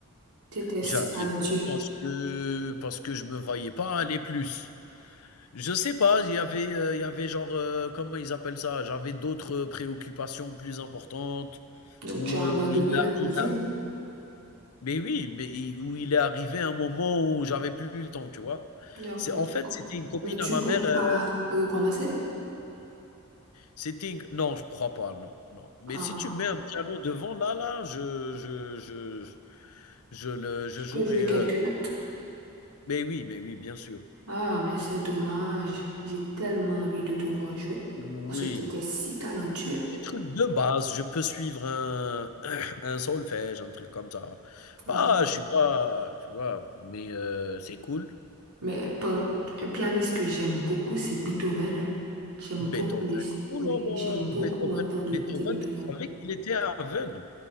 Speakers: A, on the right (about 85°); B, on the left (about 80°).
A: Tu étais
B: J'ai
A: si
B: arrêté
A: talentueux.
B: parce que parce que je me voyais pas aller plus. Je sais pas, il y avait, heu, il y avait genre, heu, comment ils appellent ça? J'avais d'autres préoccupations plus importantes
A: Donc,
B: où,
A: tu as
B: heu,
A: abandonné
B: il a
A: la musique.
B: il a mais oui, mais il où il est arrivé un moment où j'avais plus le temps, tu vois?
A: D'accord,
B: C'est en
A: je
B: fait,
A: comprends.
B: c'était une copine
A: Mais tu
B: à ma
A: comptes
B: mère, heu,
A: pas y recommencer?
B: c'était une non, je crois pas, non, non. Mais
A: Ah,
B: si tu mets un piano devant, là là, je je je je je le je
A: tu
B: jouerai,
A: peux jouer quelques
B: heu
A: notes.
B: mais oui, mais oui, bien sûr.
A: Ah, mais c'est dommage. J'ai tellement envie de te voir jouer.
B: Oui.
A: Parce que tu étais si talentueux.
B: Des trucs de base, je peux suivre un <clears throat> un solfège, un truc comme ça. Pas
A: Ah.
B: je suis pas tu vois? Mais heu, c'est cool.
A: Mais par- un pianiste que j'aime beaucoup, c'est Beethoven. hein. J'aime
B: Beethoven,
A: beaucoup les...
B: oh
A: Oui,
B: là là!
A: j'aime beaucoup
B: Beethoven
A: entendre
B: Beethoven,
A: écouter Beethoven.
B: tu savais qu'il était aveugle?